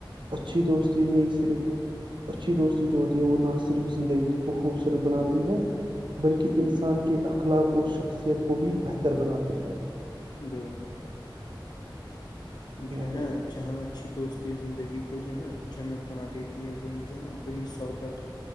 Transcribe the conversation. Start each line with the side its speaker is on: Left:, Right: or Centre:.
Right: اچھی دوستی نے صرف اچھی دوستی جو ہوتی ہے وہ نہ صرف زندگی کو خوبصورت بناتی ہے بلکہ انسان کے اخلاق اور شخصیت کو بھی بہتر بناتی ہے
Left: بالکل
Right: ہاں
Left: جو ہے
Right: بھائی
Left: نا جہاں اچھی دوستی زندگی کو جو ہے نا جنت بنا دیتی ہے وہ جو ہے نا بری صحبت